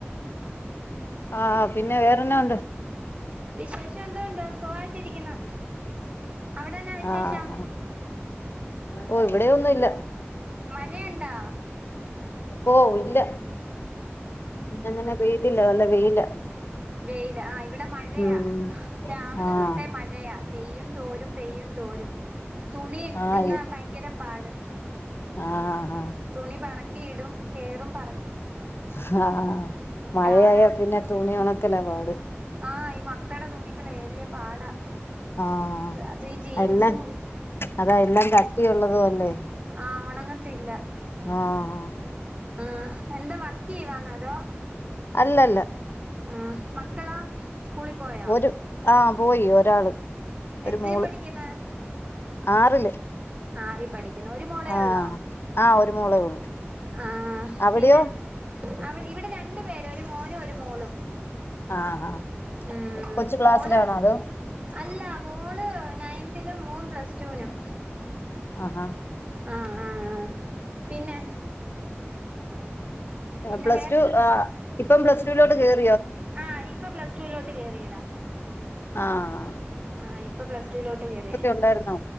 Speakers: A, on the left; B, on the right.
A: ആഹ് പിന്നെ വേറെന്നാ ഒണ്ട്
B: വിശേഷം എന്തോ ഉണ്ട് സുഖായിട്ടിരിക്കുന്ന് അവിടെന്നാ വിശേഷം
A: ആഹ് ഓ ഇവിടെ ഒന്നും ഇല്ല
B: മഴയുണ്ടാ?
A: ഓ ഇല്ല ഇന്നങ്ങനെ പെയ്തില്ല നല്ല വെയില
B: വെയില ആഹ് ഇവിടെ മഴയാ
A: ഉം
B: രാവിലെ
A: ആഹ്
B: തൊട്ടേ മഴയാ പെയ്യും തോരും പെയ്യും തോരും തുണി ഇട്ട്ന്ന
A: ആഹ്
B: ഭയങ്കര പാട്
A: ആഹ്
B: തുണി പറ ക്കി ഇടും കേറും പറ
A: അഹ് ഹ മഴയായ
B: രാവിലെ തൊ
A: പിന്നെ തുണി ഒണക്കല പാട്
B: ആഹ് ഈ മക്കട തുണികളെ വല്യ പാടാ
A: ആഹ്
B: ദ് അതീ ജീൻസും
A: എല്ലാം അതാ എല്ലാം കട്ടിയുള്ളതും അല്ലെ
B: ആഹ് ഒണങ്ങത്തില്ല
A: ആഹ്
B: ആഹ് എന്താ വർക്ക് ചെയ്യ് വാന്നോ അതോ
A: അല്ലല്ല
B: ആ മക്കളാ സ്കൂളിൽ പോയാ?
A: ഒരു ആഹ് പോയി ഒരാള് ഒരു
B: എത്തേ
A: മോള്
B: പഠിക്ക്ന്ന്?
A: ആറില്
B: ആറി പഠിക്ക് ഒരു മോളേ
A: ആഹ്
B: ഉള്ളോ
A: ആഹ് ഒരു മോളേ ഉള്ളൂ
B: ആ
A: അവിടെയോ
B: പിന്നേ അവിടെ ഇവിടെ രണ്ട് പേ ഒരു മോനും ഒരു മോളും
A: ആഹ് ആഹ്
B: മ്
A: കൊച്ചു ക്ലാസ്സിലാണോ
B: മോള്
A: അതോ
B: അല്ല മോള് നയന്തിലും മോൻ പ്ലസ്ടൂനും
A: ആഹാ
B: ആഹ ആഹ ആ പിന്നെ പിന്നെ
A: പ്ലസ് ടു ഇപ്പം പ്ലസ് ടു <inaudible>
B: ആ ഇപ്പൊ പ്ലസടുവിലോട്ട് കേറിയണ്ട് അണ്ട
A: ആഹ
B: ആ ഇപ്പൊ പ്ലസ് ടുവിലോട്ട് കയറി
A: ഉണ്ടായിരുന്നോ